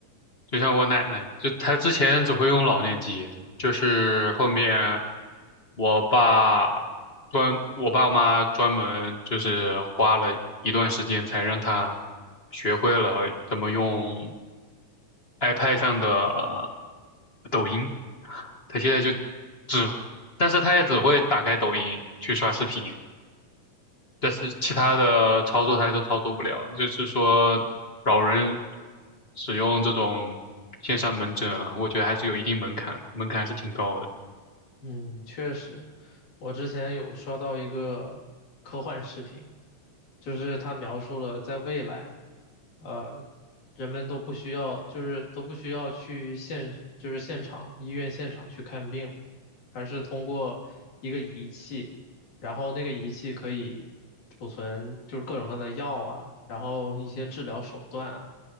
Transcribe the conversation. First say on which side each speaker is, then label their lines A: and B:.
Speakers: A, on the left; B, on the left.
A: 就像我奶奶，就她之前只会用老年机，就是后面我爸专，我爸妈专门就是花了一段时间才让她学会了怎么用 iPad 上的呃抖音，她现在就只，但是她也只会打开抖音去刷视频。但是其他的操作它都操作不了，就是说老人使用这种线上门诊啊，我觉得还是有一定门槛，门槛还是挺高的。
B: 嗯，确实，我之前有刷到一个科幻视频，就是他描述了在未来，呃，人们都不需要，就是都不需要去现，就是现场，医院现场去看病了，而是通过一个仪器，然后那个仪器可以储存就是各种各样的药啊，然后一些治疗手段啊，